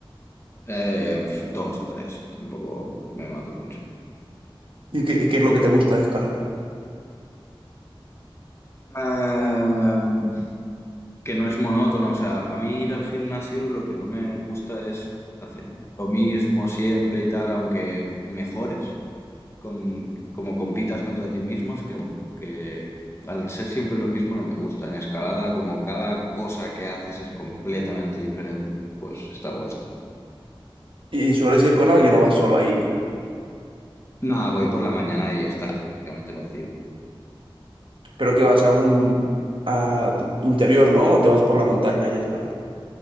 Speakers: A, on the left; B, on the right.
A: Eh, pf, dos o tres, tampoco me mato mucho.
B: ¿Y qué, y qué es lo que te gusta de escalar?
A: Eh, que no es monótono, o sea, a mí ir al gimnasio lo que no me gusta es hacer lo mismo siempre y tal, aunque mejores. con- como compitas contra ti mismo, es que, como que al ser siempre lo mismo no me gusta. En escalada, como cada cosa que haces es completamente diferente, pues está guay.
B: ¿Y sueles ir con alguien o vas solo ahí?
A: Nada, voy por la mañana y está prácticamente vacío.
B: Pero que vas a un a interior, ¿no? ¿O te vas por la montaña y a escalar?